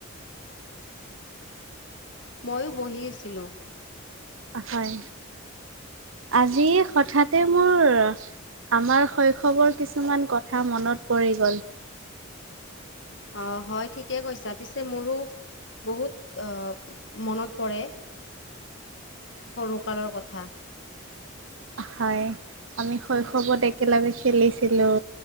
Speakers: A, on the left (about 55°); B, on the right (about 70°).
A: মইয়ো বহি আছিলোঁ।
B: হয় আজি হঠাতে মোৰ আমাৰ শৈ শৱৰ কিছুমান কথা মনত পৰি গ'ল।
A: অঁ হয় ঠিকে কৈছা, পিছে মোৰো বহুত মনত পৰে সৰুকালৰ কথা।
B: হয়, আমি শৈশৱত একেলগে খেলিছিলোঁ।